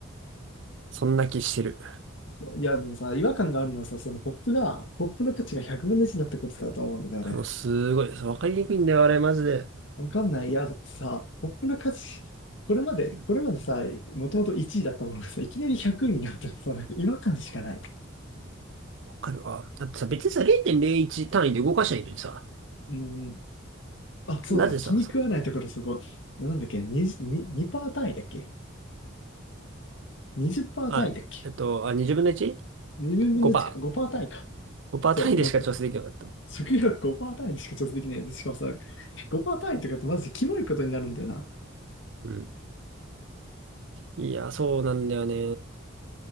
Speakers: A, on the right; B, on the left.
A: そんな気してる。
B: そういや、でもさ、違和感があるのはさ、そのポップが、ポップの価値が100分の1になったことだと思うんだよね、
A: もうすごいです。
B: あれ。
A: わかりにくいんだよ、あれ、マジで。
B: わかんない。いや、だってさ、ポップな歌詞、これまで、
A: うん
B: これまでさ、もともと1位だったものがさ、いきなり100位になったらさ、なんか違和感しかない。
A: わかるわ。だってさ、別にさ、0.01単位で動かしないいのにさ、
B: うん。あ、そうだ、
A: なぜさ、
B: 気に食わないところそこ、
A: そう、
B: なんだっけ、20、ににパー単位だっけ ?20%
A: あ、
B: 単位だっけ
A: えっと、あ、2分の 1?5%。
B: ?2 分の1か、5%単位か。
A: 5%
B: そう、
A: 単位でしか調整できなかった。
B: なんか、食欲5%単位でしか調整できない。で、しかもさ、5%単位ってかってマジでキモいことになるんだよな。
A: うん。いや、そうなんだよね。